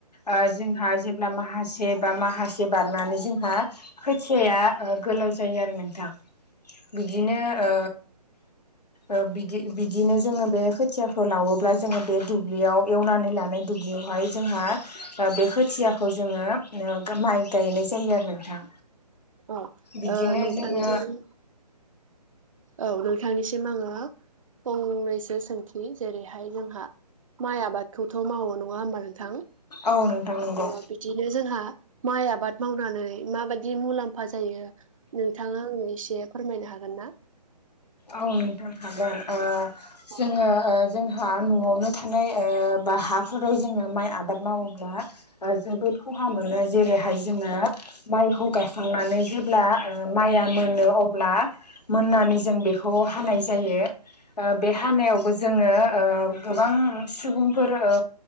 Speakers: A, on the left; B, on the right.
A: ओ जोंहा जेब्ला माहासे बा माहासे बारनानै जोंहा खोथियाया गोलाव जायो आरो नोंथां बिदिनो ओ ओ बिदि बिदिनो जोङो बे खोथियाखौ लावोब्ला जोङो बे दुब्लियाव एवनानै लानाय दुब्लियावहाय जोंहा ओ बे खोथियाखौ जोङो ओ माइ गायनाय जायो आरो नोंथां
B: अ
A: बिदिनो
B: ओ नोंथांनि
A: जोङो
B: <unintelligible> औ नोंथांनिसिम आङो फंनैसो सोंथि जेरैहाय जोंहा माइ आबादखौथ' मावो नङा होमबा नोंथां
A: औ नोंथां नोंगौ
B: ओ बिदिनो जोंहा माइ आबाद मावनानै माबायदि मुलाम्फा जायो नोंथांङा आंनो एसे फोरमायनो हागोन ना
A: औ नोंथां हागोन ओ जोंङो
B: औ
A: ओ जोंहा न'आवनो थानाय ओ बा हाफोराव जोंङो माइ आबाद मावोब्ला ओ जोबोद खहा मोनो जेरैहाय जोंङो माइखौ गायाखांनानै जेब्ला ओ माइया मोनो अब्ला मोननानै जों बेखौ हानाय जायो ओ बे
B: औ
A: हानायावबो जो जोंङो ओ गोबां सुबुंफोर ओ